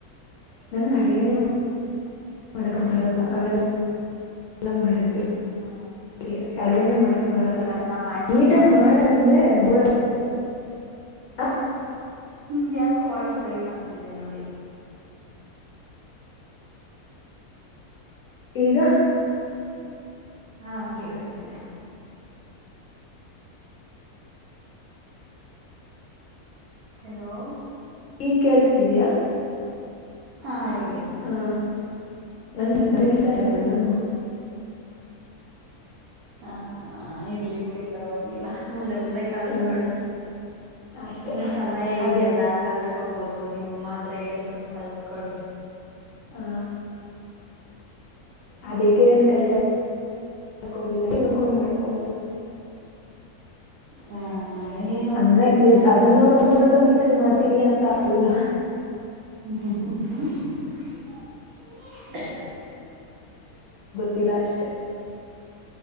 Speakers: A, on the left; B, on the right.
A: ನಂಗ್ ಅಡ್ಗೆನೆ ಮಾಡಕ್ ಬರಲ್ಲ ಅವೆಲ್ಲಲ್ಲ ಮಾಡದವಿ
B: ಹಾ
A: ಸರಿ ಅಡ್ಗನೆೇ
B: ಅಲ್ಲ ನೀವ್
A: ಮಾಡಕ್
B: ಇಷ್ಟಪಟ್ಟಿರೋದ್ನ
A: ಬರಲ್ಲ
B: ಮಾಡ್ತೀರಾ
A: ನೀಟಾಗ
B: ಅಂತ
A: ಮಾಡ ಅಂದ್ರೊಡ
B: ಕೇಳಿದೆ
A: ಹ
B: ನಿಮ್ದ್ಯಾಕೋ ವಾಯ್ಸ್ ಬ್ರೇಕ್ ಆಗ್ತಿದೆ ನೋಡಿ
A: ಈಗ
B: ಹಾ ಕೇಳಿಸ್ತಿದೆ ಹಲೋ
A: ಈಗ್ ಕೇೇಳಸ್ತಿದಯಾ
B: ಹಾ ಹೇಳಿ
A: ಹಾ ನನ್ ನನಗತ ಇಬಲ್ಲ ನನ್ಗೂ
B: ಹಾ ಇರ್ಲಿ ಬಿಡಿ ಪರವಾಗಿಲ್ಲ ಮುಂದೆ ಮುಂದೆ ಕಲ್ತ್ಕೊಳ್ಳಿ
A: ಹ್ಮ್ ಅಷ್ಟೆ
B: ಇನ್ನು ಸಮಯ ಇದೆಯಲ್ಲ
A: ಅದಕ್ಕೆ
B: ಕಲ್ತ್ಕೋಬೋುದು ನಿಮ್ಮಮ್ಮ ಮಾತ್ರ ಎಏಸ್ಕೊಂಡ್ ಕಲ್ತ್ಕೊಳ್ಳಿ
A: ಹಾ ಅದಕ್ಕೆ ಎನ ಕಲ್ಯ ಮಾಡಕೋಗಿಲ್ಲ ಇನ್ಕೊಂಡ್ ಮಾಡ್ಕೋಗೋರು
B: ಹಾ ಏನ್ ಓದ್ತಿದ್ದೀರಾ
A: ಹಂಗ ಜ ಅದನ್ನ
B: ನೀವು
A: ನೋಡ್ಕೊಂಡದ್ರು ನೀಟಕ್ ಮಾಡ್ತೀನಿ ಅಂತ ಅಲ್ಲ
B: ಹ್ಮ ಹ
A: ತಿಲ ಅಷ್ಟೆ